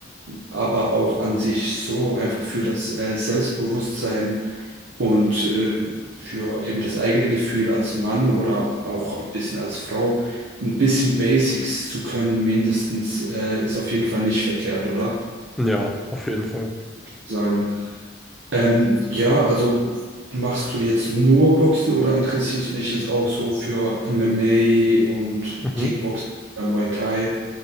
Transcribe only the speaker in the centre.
ja, auf jeden Fall.
Mhm,